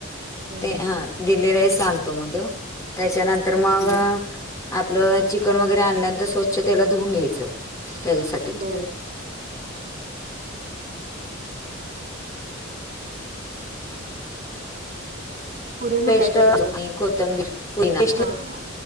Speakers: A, on the right; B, on the left.
A: हं,
B: ते
A: हं.
B: हा दिल्ली राईस आणतो म तो. त्याच्यानंतर- -तर
A: ओके
B: मग आपलं चिकन वगैरे आणल्यानंतर स्वच्छ तेला धुवून घ्यायचं. त्याच्यासाठी.
A: बरं पुढे मग
B: पेस्ट,
A: काय करताय
B: आणि
A: त्याला?
B: कोथंबीर, <unintelligible>
A: हां.